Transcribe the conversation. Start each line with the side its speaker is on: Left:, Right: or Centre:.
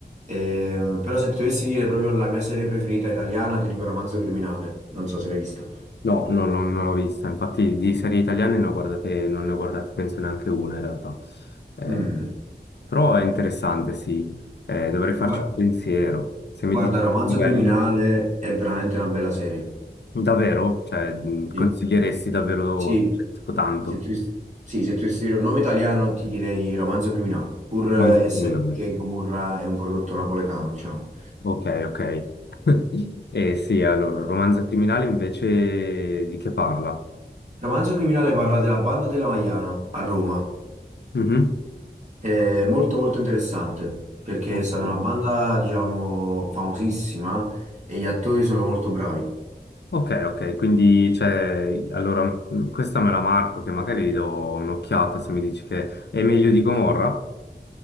Right: Eh, però se ti dovessi dire proprio la mia serie preferita italiana, ti dico Romanzo Criminale, non so se l'hai vista.
Left: No, no, no, non l'ho vista. Infatti di serie italiane ne ho guardate, non ne ho guardate penso neanche una in realtà. Eh,
Right: Mm.
Left: però è interessante, sì. Eh, dovrei farci
Right: Gua-
Left: un pensiero. Se mi
Right: Guarda,
Left: dici
Right: Romanzo
Left: che sono belle,
Right: Criminale è veramente una bella serie.
Left: davvero? Cioè, mh,
Right: Sì.
Left: consiglieresti davvero,
Right: Sì,
Left: cioè, tipo tanto,
Right: se tu, sì, se tu dovessi dire un nome italiano ti direi Romanzo Criminale, pur
Left: romanzo
Right: eh, essendo
Left: criminale.
Right: che Gomorra è un prodotto napoletano, diciamo.
Left: Ok, ok. <laughs> Eh sì, allora, romanzo criminale invece di che parla?
Right: Romanzo Criminale parla della banda della Magliana a Roma.
Left: Mhm.
Right: È molto molto interessante perché
Left: Ok.
Right: è stata una banda, diciamo, famosissima e gli attori sono molto bravi.
Left: Ok, ok, quindi cioè, allora mh, questa me la marco che magari gli do un'occhiata se mi dici che è meglio di Gomorra.